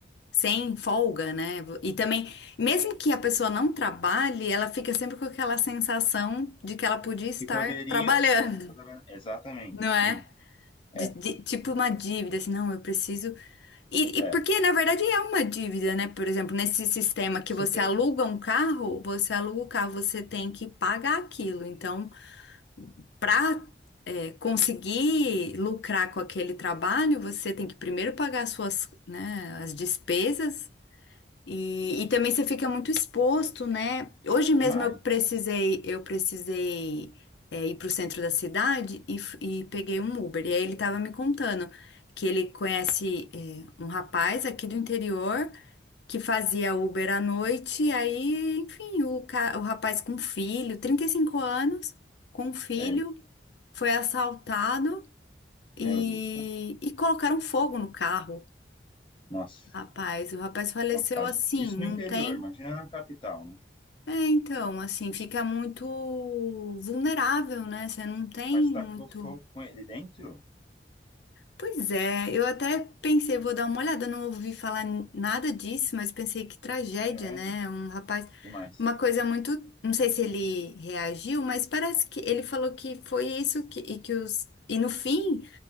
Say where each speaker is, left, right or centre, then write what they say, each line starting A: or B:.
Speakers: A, on the left (about 75°); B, on the left (about 30°).
A: sem folga, né? E também, mesmo que a pessoa não trabalhe, ela fica sempre com aquela sensação de que ela podia estar
B: E poderia.
A: trabalhando,
B: tá trabalhando-
A: <laughs>
B: Exatamente,
A: não
B: sim.
A: é?
B: É,
A: De, de- tipo uma dívida, assim, não, eu preciso. E,
B: é,
A: e porque, na verdade, é uma dívida, né? Por exemplo, nesse sistema que
B: com
A: você
B: certeza.
A: aluga um carro, você aluga o carro, você tem que pagar aquilo. Então, para conseguir lucrar com aquele trabalho, você tem que primeiro pagar as suas, né, as despesas E, e também você fica muito exposto, né? Hoje mesmo
B: Demais.
A: eu precisei, eu precisei é, ir para o centro da cidade e, f- e peguei um Uber. E aí ele estava me contando que ele conhece é, um rapaz aqui do interior que fazia Uber à noite. E aí, enfim, o, ca- o rapaz com filho, 35 anos, com filho,
B: Sei.
A: foi assaltado e,
B: Meu Deus do céu.
A: e colocaram fogo no carro.
B: Nossa,
A: Rapaz, o rapaz faleceu
B: maldade.
A: assim,
B: Isso
A: não
B: no interior,
A: tem.
B: imagina na capital, né?
A: É, então, assim, fica muito vulnerável, né? Você não tem
B: Mas
A: muito.
B: tacou fogo com ele dentro?
A: Pois é, eu até pensei, vou dar uma olhada, não ouvi falar n- nada disso, mas pensei que tragédia,
B: Credo.
A: né? Um rapaz,
B: Demais.
A: uma coisa muito, não sei se ele reagiu, mas parece que ele falou que foi isso que, e que os e no fim